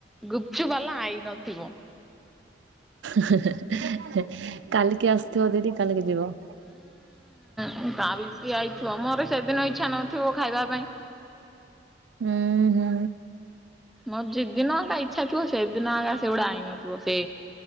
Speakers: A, in the centre; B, on the right.
A: ଗୁପଚୁପ ବାଲା ଆଇନଥିବ।
B: ହେ ହେଁ କାଲିକି ଆସଥିବ ଦିଦି କାଲିକି ଯିବ।
A: ହୁଁ କାଲକି ଆଇଥିବ ମୋର ସେଦିନ ଇଚ୍ଛା ନଥିବ ଖାଇବା ପାଇଁ
B: ହୁଁ। ହୁଁ
A: ମୋର ଯିଦିିନ ଇଚ୍ଛା ଥିବ ସେଦିନଗା ସେଗୁଟା ଆଇନଥିବ ସେ